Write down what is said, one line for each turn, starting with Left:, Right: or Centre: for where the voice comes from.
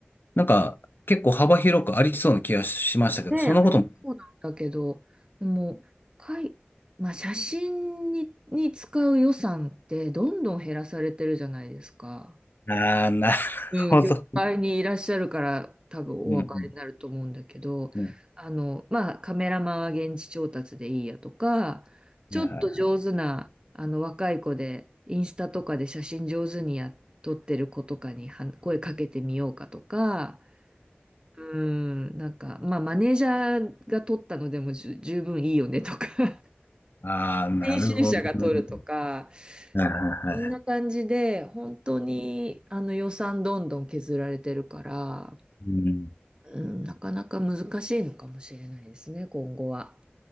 Left: なんか結構幅広くありそうな気がしましたけど、
Right: ねえ、
Left: そんなことも。
Right: あれそうなんだけど、でも、かい、まあ、写真に、に使う予算ってどんどん減らされてるじゃないですか。
Left: ああー、なる
Right: うん、
Left: ほど。
Right: 業界にいらっしゃるから多分お分かりになると思うんだけど、
Left: うんうんうん。
Right: あの、まあ、カメラマンは現地調達でいいやとか、ちょっと上手な、
Left: はいはい
Right: あの、若い子で、インスタとかで写真上手にやっとってる子とかには声かけてみようかとか、うん、なんか、まあ、マネージャーが取ったのでもじゅ十分いいよねとか <laughs>
Left: ああ、なるほどね。
Right: 編集者が取るとか、
Left: はいはいは
Right: こんな感じで、本当にあの予算どんどん削られてるから、
Left: い。うん。
Right: うん、なかなか難しいのかもしれないですね、今後は。